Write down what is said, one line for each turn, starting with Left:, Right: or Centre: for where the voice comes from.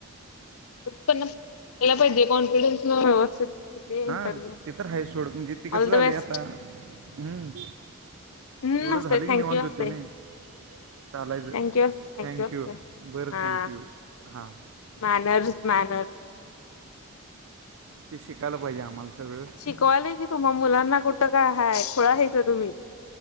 Left: पण यायला पाहिजे कॉन्फिडन्स न व्यवस्थित दे इंटरव्ह्यू
Right: हा ते तर आहेच सोड म्हणजे ते कसं
Left: ऑल द
Right: झालय
Left: बेस्ट
Right: आता हम्म
Left: हम्म
Right: एवढं
Left: असते
Right: झालं की
Left: थँक्यू
Right: निवांत होत
Left: असते
Right: नायी चालायच,
Left: थँक्यू असते थँक्यू
Right: थँक
Left: असते
Right: यू. बरं
Left: हा
Right: थँंक्यू. हां
Left: मॅनर्स, मॅनर
Right: ते शिकायला पाहिजे आम्हाला सगळं
Left: शिकवायलय की तुम्हा मुलांना कुठं काय हाय? खुळा हायसा तुम्ही?